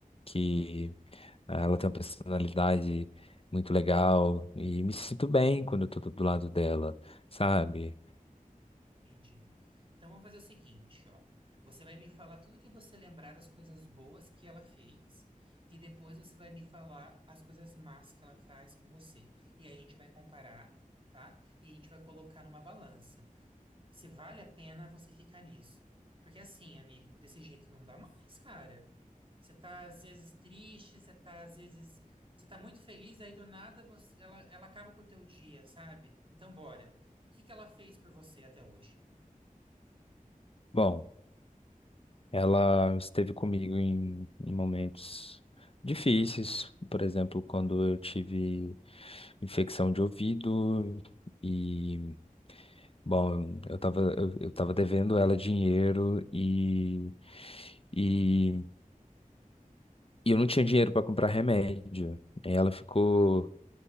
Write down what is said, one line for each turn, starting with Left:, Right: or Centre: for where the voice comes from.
Left: que ela tem uma personalidade muito legal e me sinto bem quando eu tô do lado dela sabe?
Right: entendi. Então vamos fazer o seguinte, ó. Você vai me falar tudo que você lembrar das coisas boas que ela fez, e depois você vai me falar as coisas más que ela faz com você. E aí a gente vai comparar, tá? E a gente vai colocar numa balança. se vale a pena você ficar nisso. Porque assim, amigo, desse jeito não dá mais, cara. Você tá às vezes triste, você tá às vezes, você tá muito feliz, aí do nada você, ela, ela acaba com o teu dia, sabe? Então bora. O que que ela fez por você até hoje?
Left: Bom, ela esteve comigo em, em momentos difíceis, por exemplo, quando eu tive infecção de ouvido e, bom, eu tava, eu, eu tava devendo ela dinheiro e, e, e eu não tinha dinheiro para comprar remédio. Aí Ela ficou,
Right: Aham.